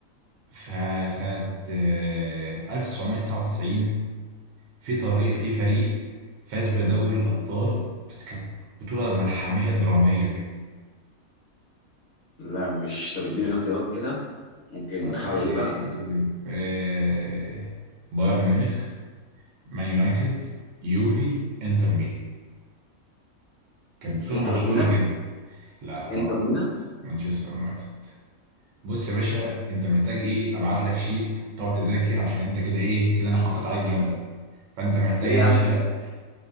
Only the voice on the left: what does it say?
لا مش طب اديني اختيارات كده ممكن
نحاول اجيبها
انتر
ميلان
انتر ميلان
ليه
يا
عم